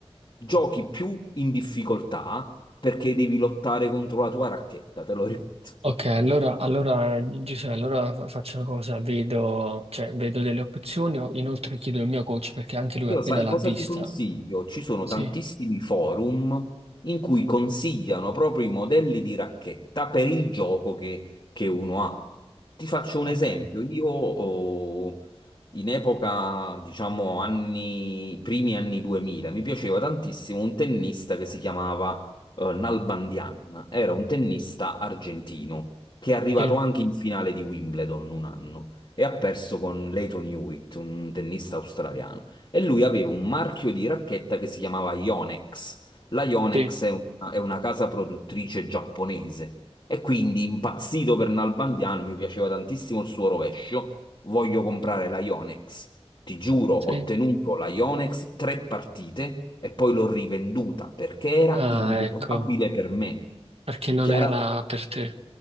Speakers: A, on the left (about 50°); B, on the right (about 65°).
A: giochi più in difficoltà perché devi lottare contro la tua racchetta, te lo <laughs> ripeto.
B: Ok, allora, allora Giuseppe, allora fa- faccio una cosa, vedo, cioè, vedo delle opzioni, o- inoltre chiedo il mio coach perché anche lui
A: Io
B: appena
A: sai
B: l'ha
A: cosa
B: vista.
A: ti consiglio? Ci sono
B: Sì,
A: tantissimi forum in cui consigliano proprio i modelli di racchetta per il gioco che, che uno ha. Ti faccio un
B: ok,
A: esempio. Io oh, in epoca, diciamo, anni, primi anni 2000, mi piaceva tantissimo un tennista che si chiamava eh, Nalbandian. Era un tennista argentino che è arrivato
B: sì,
A: anche in finale di Wimbledon un anno e ha perso con Leighton Hewitt, un tennista australiano e lui aveva un marchio di racchetta che si chiamava Yonex. La Yonex
B: sì,
A: è una, è una casa produttrice giapponese e quindi impazzito per Nalbandiano, mi piaceva tantissimo il suo rovescio, voglio comprare la Yonex. Ti giuro, ho
B: sì.
A: tenuto la Yonex tre partite e poi l'ho rivenduta perché era
B: Ah,
A: ingiocabile
B: ecco,
A: per me.
B: perché non
A: Chiaramente
B: era per te,